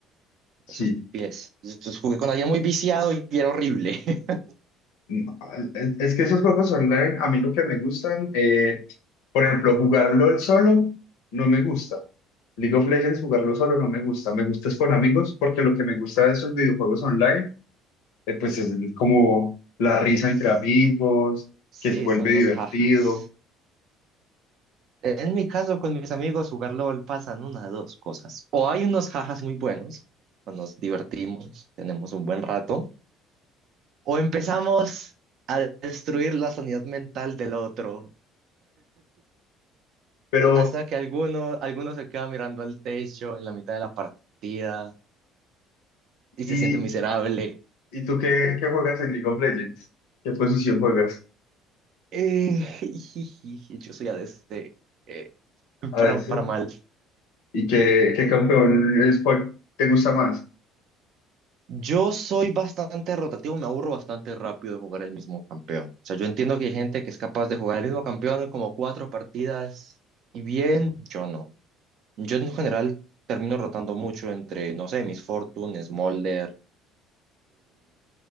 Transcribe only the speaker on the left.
sí.
No, Es es que esos juegos online, a mí lo que me gustan, eh, por ejemplo, jugarlo el solo, no me gusta. League of Legends, jugarlo solo, no me gusta. Me gusta es con amigos, porque lo que me gusta de esos videojuegos online, eh, pues es el- como la risa
entre amigos,
que se vuelve
divertido.
Pero,
¿y,
y tú qué, qué juegas en League of Legends? ¿Qué posición juegas
a
veces?
¿Y qué, qué campeón es, cuál te gusta más?